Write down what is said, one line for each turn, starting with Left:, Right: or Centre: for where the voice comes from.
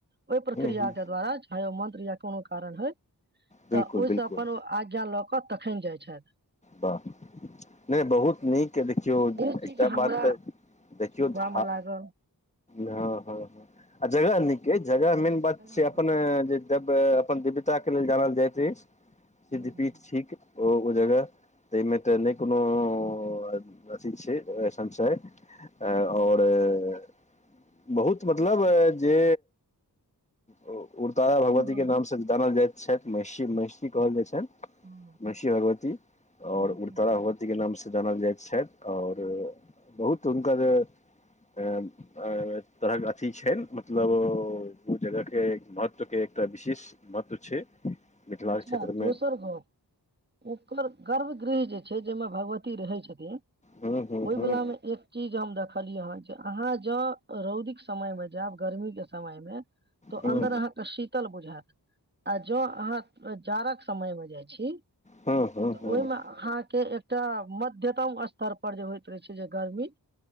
Right: ओहि प्रक्रियाके
Left: ह
Right: द्वारा चाहे ओ मंत्र या कोनो कारण होइ
Left: बिलकुल
Right: तऽ ओहि
Left: बिलकुल
Right: स अपन आज्ञा लऽ कऽ तखन जाइ छथि
Left: वाह नहि बहुत निक के देखियौ
Right: ई
Left: एकटा
Right: चीज हमरा
Left: बात तऽ देखियौ
Right: सुनबा
Left: धा-
Right: मे लागल
Left: हाँ हाँ हाँ आ जगह नीके जगह मेन बात
Right: छला
Left: छै अपना
Right: बड सुन्दर
Left: जे जब अपन दिव्यताके लेल जानल जाइत अछि सिद्ध
Right: हूँ हूँ
Left: पीठ
Right: हूँ,
Left: छीक ओ जगह तेहिमे तऽ नहि कोनो अ-अथि छै संशय आ आओर ए- बहुत मतलब जे उग्रतारा
Right: सुन्दर
Left: भगवतीके नाम से जानल जाएत शायद महिषी महिषी कहल जाइ छैन
Right: हँ
Left: महिषी भगवती आओर
Right: महिषी
Left: उग्रतारा
Right: भगवती।
Left: भगवततीके नामसे जानल जाइत छथि आओर बहुत हुनकर जे ऐं ऐं-तहन अथि छैन मतलब ओ जगह के महत्व के एकटा विशेष महत्व छै मिथिलाक
Right: अच्छा
Left: क्षेत्र
Right: दोसर
Left: मे
Right: गप ओकर गर्भगृह जे छै जाहिमे भगवती रहै छथिन
Left: हूँ हूँ
Right: ओहि
Left: हूँ
Right: वलामे एक चीज हम देखलियै हँ जे अहाँ जँ रौदीक समयमे जायब गर्मीके समयमे तऽ
Left: हूँ हूँ
Right: अन्दर अहाँके शीतल बुझाएत आ जों अहाँ जाड़क समयमे जाइ छी
Left: हूँ
Right: तऽ
Left: हूँ
Right: ओहिमे आँ - -हाँके एकटा मध्यतम स्तर पर जे होइत रहै छै जे गर्मी